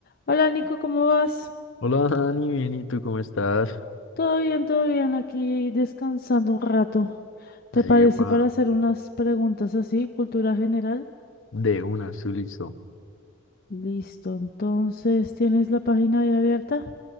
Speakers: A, on the left (about 45°); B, on the left (about 60°).
A: Hola Nico, ¿cómo vas?
B: Hola Dani, bien, ¿y tú cómo estás?
A: Todo bien, todo bien, aquí descansando un rato. ¿Te
B: Ahí
A: parece
B: va,
A: para hacer unas preguntas así, cultura general?
B: de una, su listo.
A: Listo, entonces tienes la página ahí abierta.